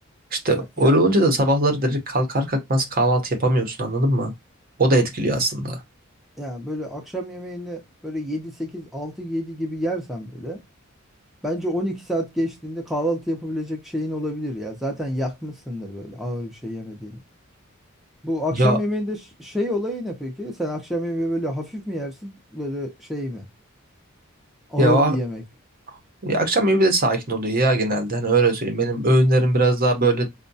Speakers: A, on the right (about 45°); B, in the centre.
A: İşte
B: Ya, ya,
A: öyle olunca da sabahları direkt kalkar kalkmaz kahvaltı yapamıyorsun anladın mı? O da etkiliyor
B: ya,
A: aslında.
B: ya böyle akşam yemeğini böyle 7 8 6 7 gibi yersen böyle bence 12 saat geçtiğinde kahvaltı yapabilecek şeyin olabilir ya. Zaten yakmışsındır böyle ağır bir şey yemediğini. Bu akşam
A: Ya
B: yemeğinde ş- şey olayı ne peki? Sen akşam yemeği böyle hafif mi yersin? Böyle şey mi? Ağır
A: ya, o-
B: bir yemek.
A: ya akşam evi de sakin oluyor ya genelde. Hani öyle söyleyeyim. Benim öğünlerim biraz daha böyle